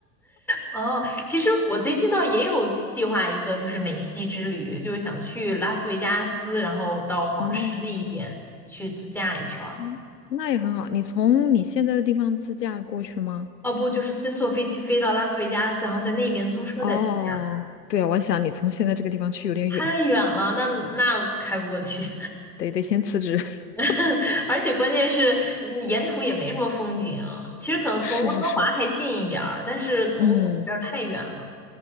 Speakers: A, in the centre; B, on the left.
A: 哦，其实我最近倒也有计划一个，就是美西之旅，就是想去拉斯维加斯，然后到黄石那一边去自驾一圈儿。
B: 哦，嗯，那也很好。你从你现在的地方自驾过去吗？
A: 哦，不，就是先坐飞机飞到拉斯维加斯，然后在那边租车再自驾
B: 哦，对啊，我想你从现在这个地方去有点远，
A: 太远了，那那开不过去。
B: 得得先辞职。<laughs>
A: <laughs> 而且关键是嗯沿途也没什么风景，其实可能从温哥华还近一点儿，
B: 是是是，
A: 但是从我们这儿太远了。
B: 嗯，